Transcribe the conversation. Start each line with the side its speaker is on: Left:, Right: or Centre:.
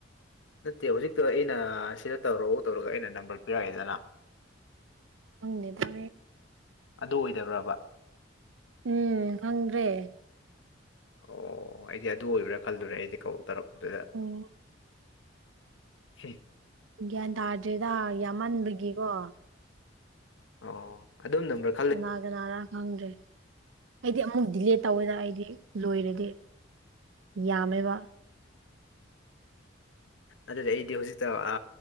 Left: ꯅꯠꯇꯦ ꯍꯧꯖꯤꯛꯇꯣ ꯑꯩꯅ ꯁꯤꯗ ꯇꯧꯔꯛꯎ ꯇꯧꯔꯒ ꯑꯩꯅ ꯅꯝꯕꯔ ꯄꯤꯔꯛꯑꯦꯗꯅ
Right: ꯑꯪꯅꯤꯗ
Left: ꯑꯗꯨ ꯑꯣꯏꯗꯕ꯭ꯔꯕ
Right: ꯎꯝ ꯐꯪꯗ꯭ꯔꯦ
Left: ꯑꯣ ꯑꯩꯗꯤ ꯑꯗꯨ ꯑꯣꯏꯕ꯭ꯔꯥ ꯈꯜꯗꯨꯔꯦ ꯑꯩꯗꯤ ꯀ ꯇꯧꯔꯛꯄꯗꯨꯗ
Right: ꯎꯝ
Left: ꯁꯤ
Right: ꯒ꯭ꯌꯥꯟ ꯇꯥꯗ꯭ꯔꯦꯗ ꯌꯥꯝꯃꯟꯕꯗꯒꯤꯀꯣ
Left: ꯑꯣ ꯑꯗꯨꯝ ꯅ ꯑꯃꯛ
Right: ꯀꯅꯥ ꯀꯅꯥꯅ ꯈꯪꯗ꯭ꯔꯦ ꯑꯩꯗꯤ ꯑꯗꯨ ꯗꯤꯂꯦ ꯇꯧꯋꯦꯗ ꯑꯩꯗꯤ ꯂꯣꯏꯔꯗꯤ ꯌꯥꯝꯃꯦꯕ
Left: ꯑꯗꯨꯗꯤ ꯑꯩꯗꯤ ꯍꯧꯖꯤꯛꯇ ꯑ